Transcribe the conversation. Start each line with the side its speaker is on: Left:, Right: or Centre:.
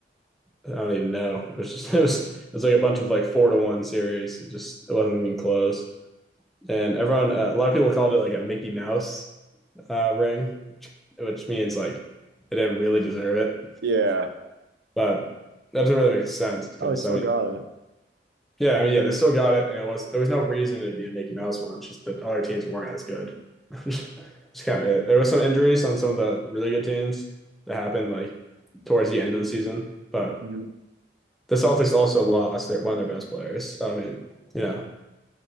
Centre: I don't even know. It was just <laughs> it was it was like a bunch of like four to one series. It just it wasn't even close, and everyone uh, a lot of people called it like a Mickey Mouse uh, ring, which which means like they didn't really deserve it,
Right: Yeah.
Centre: but that doesn't really make sense because
Right: Oh, they still
Centre: I mean
Right: got it.
Centre: Yeah, I mean, yeah, they still got it, and it was there was no reason it'd be a Mickey Mouse one. It's just that other teams weren't as good. <laughs> It's kind of it. There was some injuries on some of the really good teams that happened like towards the end of the season, but
Right: hmm
Centre: the Celtics also lost their, one of their best players. So, I mean, you know,